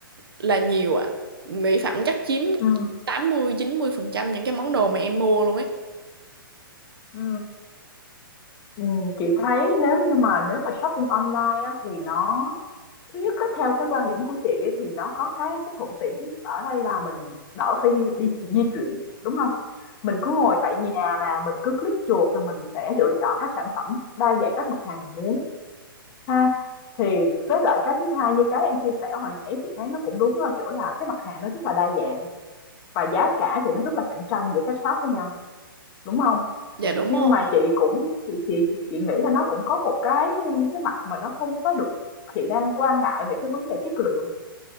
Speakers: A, on the right; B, on the left.
A: là nhiều à. Mỹ phẩm chắc chiếm
B: ừ
A: tám mươi mươi chín mươi phần trăm những cái món đồ mà em mua luôn ấy.
B: ừ Ừ, chị thấy nếu như mà nếu mà shopping online á, thì nó thứ nhất á, theo cái quan điểm của chị ấy, thì nó có cái cái thuận tiện thứ nhất ở đây là mình đỡ phải đi, đi di chuyển đúng không? Mình cứ ngồi tại nhà nè, mình cứ click chuột rồi mình sẽ lựa chọn các sản phẩm đa dạng các mặt hàng mình muốn ha. Thì với lại cái thứ hai như cái em chia sẻ hồi nãy chị thấy nó cũng đúng ở chỗ là cái mặt hàng nó rất là đa dạng và giá cả thì nó rất là cạnh tranh giữa các shop với nhau đúng không?
A: Dạ đúng
B: Nhưng
A: rồi.
B: mà chị cũng chị chị chị nghĩ là nó cũng có một cái cái mặt mà nó không có được chị đang quan ngại về cái vấn đề chất lượng.